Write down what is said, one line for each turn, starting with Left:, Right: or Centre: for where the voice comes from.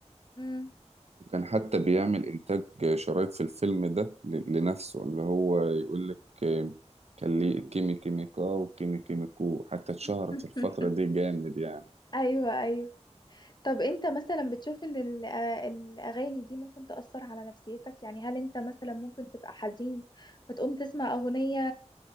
Left: امم
Right: وكان حتى بيعمل إنتاج شرايط في الفيلم ده ل- لنفسه اللي هو يقول لك كان ليه كيمي كيميكا وكيمي كيميكو حتى اتشهرت
Left: <laughs>
Right: في الفترة دي جامد يعني
Left: ايوه ايوه طب انت مثلا بتشوف ان ال- آه، الاغاني دي ممكن تأثر على نفسيتك يعني هل انت مثلا ممكن تبقى حزين فتقوم تسمع اغنية